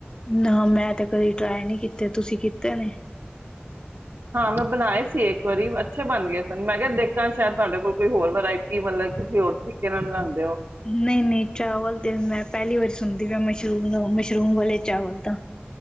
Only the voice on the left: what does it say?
ਨਾ ਮੈਂ ਤੇ ਕਦੇ ਟਰਾਏ ਨਹੀਂ ਕੀਤੇ, ਤੁਸੀਂ ਕੀਤੇ ਨੇ।
ਨਹੀਂ ਨਹੀਂ ਚਾਵਲ ਤੇ ਮੈਂ ਪਹਿਲੀ ਵਾਰੀ ਸੁਣਦੀ ਪਿਆ ਮਸ਼ਰੂਮ ਮ ਮਸ਼ਰੂਮ ਵਾਲੇ ਚਾਵਲ ਤਾਂ